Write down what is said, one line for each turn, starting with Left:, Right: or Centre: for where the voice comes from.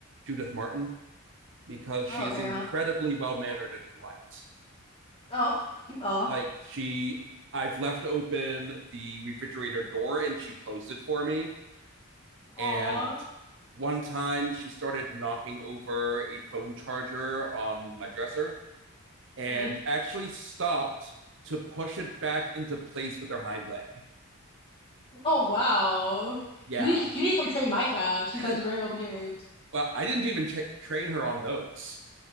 Right: Judith Martin, because she
Left: Oh, okay,
Right: is incredibly
Left: huh?
Right: well mannered and polite.
Left: Oh. <laughs> Oh.
Right: Like she, I've left open the refrigerator door and she closed it for me.
Left: Aw.
Right: And one time she started knocking over a phone charger on my dresser and
Left: hmm
Right: actually stopped to push it back into place with her hind leg.
Left: Oh, wow.
Right: Yeah.
Left: You need, you need to come train my cat. She
Right: <laughs>
Left: sounds very well behaved.
Right: well, I didn't even tra- train her on those.